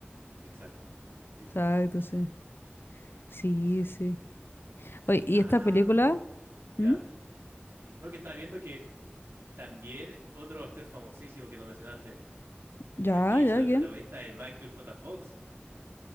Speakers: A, on the right; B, on the left.
A: exacto. Live
B: Exacto,
A: long and prosper.
B: sí. Sí,
A: Exacto.
B: sí. Oye,
A: Ah,
B: ¿y esta película?
A: ¿ya?
B: ¿Mm?
A: No, que estaba viendo que también otro actor famosísimo que no mencionaste.
B: ¿Ya,
A: El que hizo
B: ya?
A: de
B: ¿Quién?
A: protagonista es Michael J. Fox.